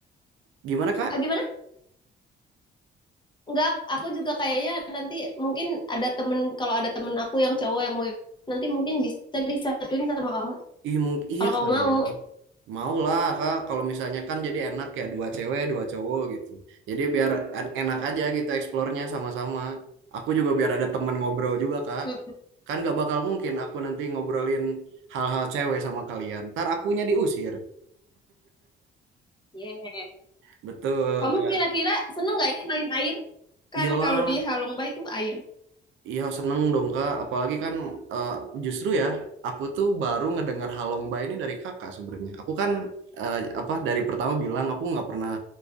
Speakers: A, on the right; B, on the left.
A: gimana Kak?
B: eh, gimana Enggak, aku juga kayaknya nanti mungkin ada temen, kalau ada temen aku yang cowok yang mau nanti mungkin bisa disatuin sama kamu,
A: Ih, mung- iya
B: kalau kamu
A: kali
B: mau.
A: ya. Mau lah Kak, kalau misalnya kan jadi enak ya, dua cewek, dua cowok gitu. Jadi biar en- enak aja gitu eksplornya sama-sama. Aku juga biar ada temen ngobrol juga Kak.
B: Mm,
A: Kan gak bakal mungkin aku nanti ngobrolin hal-hal cewek sama kalian. Ntar akunya diusir.
B: yeah.
A: Betul,
B: Kamu
A: Kak.
B: kira-kira seneng nggak ya main air? Kan
A: Iyalah,
B: kalau di Halongba itu air.
A: iya seneng dong, Kak. Apalagi kan eh, justru ya, aku tuh baru ngedengar Halongba ini dari Kakak sebenarnya. Aku kan eh, apa dari pertama bilang aku nggak pernah